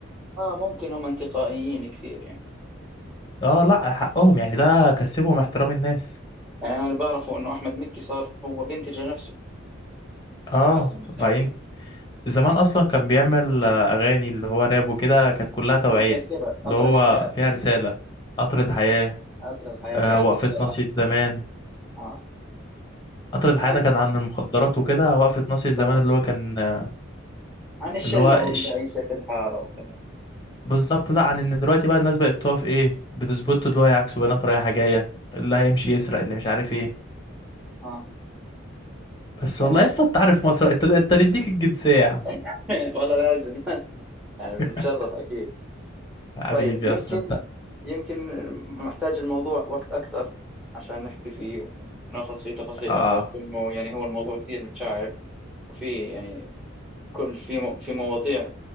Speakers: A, in the centre; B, on the left.
A: اه ممكن هم انتقائيين كثير يعني
B: اه لأ حقهم يعني ده كسبهم
A: مم.
B: احترام الناس
A: يعني انا اللي بعرفه انه احمد مكي صار هو بينتج لنفسه
B: اه
A: حسب ما فهمت
B: بعدين
A: يعني
B: زمان أصلا كان بيعمل آه، أغاني اللي هو راب وكده كانت كلها توعية
A: من الذاكرة
B: اللي
A: قطر
B: هو
A: الحياة
B: فيها رسالة قطر الحياة
A: قطر الحياة
B: آه،
A: بيعدي
B: وقفة
A: بسرعة
B: ناصية زمان
A: اه
B: قطر الحياة
A: حتى
B: ده كان عن المخدرات وكده وقفة ناصية زمان
A: صحيح
B: اللي هو كان آه،
A: عن الشلة
B: اللي هو إش...
A: والعيشة في الحارة وكذا
B: بالظبط لا عن ان دلوقتي بقى الناس بقت تقف ايه بتظبط اللي هو يعكسوا بنات رايحة جاية اللي هيمشي يسرق اللي مش عارف ايه
A: اه
B: بس
A: يعني
B: والله لسه انت عارف مصر انت انت نديك الجنسية يا عم
A: <laughs> والله لازم <laughs> يعني بنتشرف
B: <laughs>
A: أكيد
B: حبيبي
A: طيب يمكن
B: اصلا انت
A: يمكن محتاج الموضوع وقت أكثر عشان نحكي فيه وناخذ فيه تفاصيل
B: اه
A: أكثر لأنه يعني هو الموضوع كثير متشعب وفي يعني كل في مو- في مواضيع